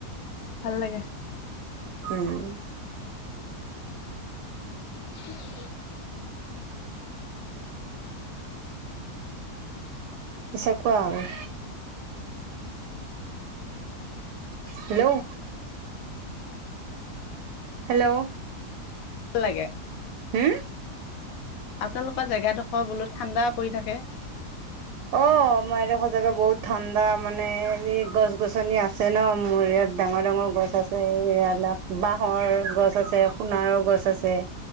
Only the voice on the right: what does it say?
উম।
পিছে কোৱা আৰু হেল্ল' হেল্ল'
হম
অ আমাৰ এই দুখৰ জেগা বহুত ঠাণ্ডা মানে এনে গছ গছনি আছে ন মৰে। ডাঙৰ ডাঙৰ গছ আছে এইবিলাক বাঁহৰ গছ আছে সোণাৰৰ গছ আছে।